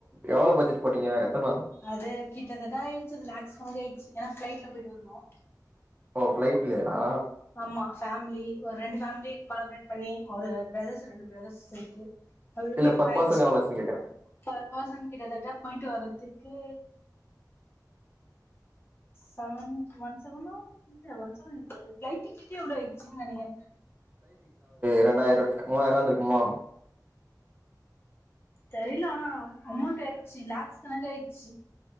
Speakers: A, on the right; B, on the left.
A: எவ்வளோ பட்ஜெட் போட்டீங்க எத்தன நாள்
B: அது கிட்டதட்ட ஆயிடுச்சு அது லேக்ஸ் கணக்கு ஆயிடுச்சு ஏனா ஃப்ளைட்டுல போயிட்டு வந்தோ
A: ஓ ஃப்ளளைட்டலயா
B: ஆமா ஃபமிலி ஒரு ரெண்டு ஃபேமிலி கோலாபரேட் பண்ணி ஒரு பிரதர்ஸ் ரெண்டு பிரதர்ஸ் சேத்து அவ <unintelligible>
A: இல்ல பர்
B: வாயச்சு
A: பர்சன் எவ்ளோ ஆச்சுன்னு கேக்குறே
B: பர் பிர்சன் கிட்டத்தட்ட போயிட்டு வரதுக்கு செவன் ஒன் செவன்னோ இல்ல ஒன் சேவன் இல்ல பப்ளைட் டிக்கட்டே அவ்ளோ ஆச்சுன்னு நேனக்குரே
A: இரண்டாயிரோ மூவாயிரோ வந்திருக்குமா
B: தெரியலா அமௌண்ட் ஆயிடுச்சு லாகக்ஸ் கணக்கு ஆயிடுச்சு